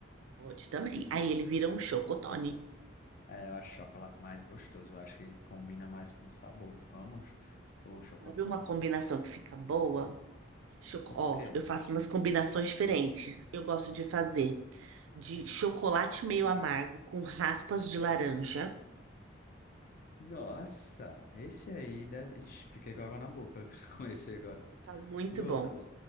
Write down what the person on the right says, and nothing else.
Pode também. Aí ele vira um chocotone.
Sabe uma combinação que fica boa? Choco...
Ó,
eu faço umas combinações diferentes. Eu gosto de fazer de chocolate meio amargo com raspas de laranja.
Fica muito
bom.